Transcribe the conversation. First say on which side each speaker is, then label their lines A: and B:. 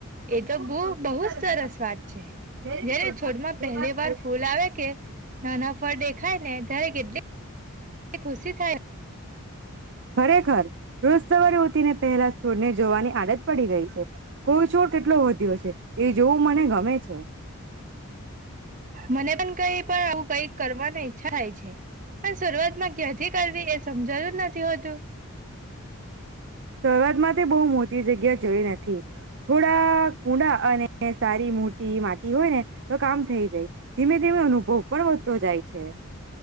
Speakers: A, on the right; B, on the right.
A: એ તો
B: બહુ
A: બહુ
B: સરસ
A: જ
B: વાત
A: છે
B: છે <unintelligible>
A: જયારે છોડમાં પહેલી ફૂલ આવે કે નાના ફળ દેખાય ને ત્યારે કેટલી એ ખુશી થાય
B: ખરેખર રોજ સવારે ઉઠીને પહેલા છોડ ને જોવાની આદત પડી ગઈ છે કોઈ છોડ કેટલો વધ્યો છે એ જોવું મને ગમે છે
A: મને પણ કઈ પણ, આવું કઈ કરવાની ઈચ્છા થાય છે, પણ શરૂઆતમાં ક્યાંથી કરવી એ સમજાયુ નથ <unintelligible>
B: સરૂઆત માતે બહુ મોતી જગ્યા જોઈ નથી. થોડા કુંડા, અને સારી મોટી માટી હોય ને, તો કામ થઈ જાય. ધીમે ધીમે અનુભવ પણ વધતો જાય છે.